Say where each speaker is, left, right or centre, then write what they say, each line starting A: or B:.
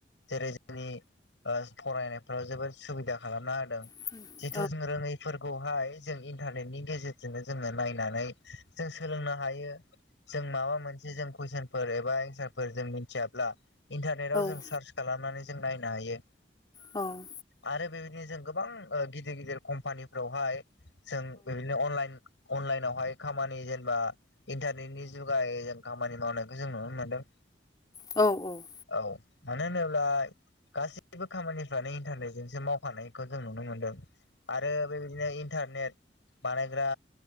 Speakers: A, on the left (about 80°); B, on the left (about 25°).
A: जेरै जोंनि फरायनायफ्राव जोबोद सुबिदा खालामना होदों
B: <inaudible>
A: थ जों रोङैफोरखौहाय जों इन्टारनेटनि गेजेरजोंनो जोङो नायनानै जों सोलोंनो हायो जों माबा मोनसे जों कुइसन बोरैबा एनसारफोर जों मिथियाब्ला इन्टारनेटाव जों
B: औ
A: सार्च खालामनानै जों नायनो हायो
B: औ
A: आरो बेबायदिनो जों गोबां गिदिर गिदिर कम्पानिफ्रावहाय जों बिदिनो अनलाइन अनलाइनावहाय खामानि जेनेबा इन्टारनेटनि जुगायै जों खामानि मावनायखौ जों नुनो मोनदों
B: औ औ
A: औ मानो होनोब्ला गासैबो खामानिफ्रानो इन्टारनेटजोंसो मावखानायखौ जों नुनो मोन्दों आरो बेबायदिनो इन्टारनेट बानायग्रा